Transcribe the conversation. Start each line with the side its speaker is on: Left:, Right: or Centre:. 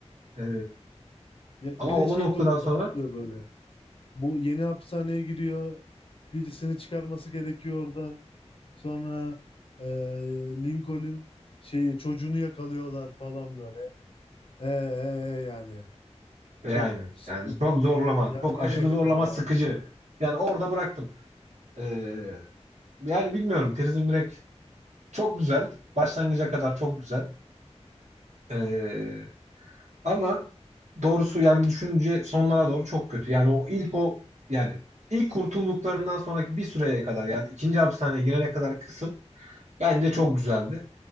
Right: Ee,
Left: ya
Right: ama
Left: bir de
Right: o
Left: şey
Right: noktadan
Left: durumları
Right: sonra
Left: oluyor böyle. Bu yeni hapishaneye giriyor. Birisini çıkarması gerekiyor oradan. Sonra e, Lincoln şeyi çocuğunu yakalıyorlar falan böyle. E, e, e, yani
Right: e,
Left: çok
Right: yani
Left: sıkıntı.
Right: yani çok zorlama
Left: Ya
Right: çok
Left: nereye
Right: aşırı zorlama
Left: kadar
Right: sıkıcı.
Left: yani?
Right: Yani orada bıraktım. Ee, yani bilmiyorum Prison Break çok güzel başlangıca kadar çok güzel. Ee, Ama doğrusu yani düşününce sonlara doğru çok kötü. Yani o ilk o yani ilk kurtulduklarından sonraki bir süreye kadar yani ikinci hapishaneye girene kadar kısım bence çok güzeldi.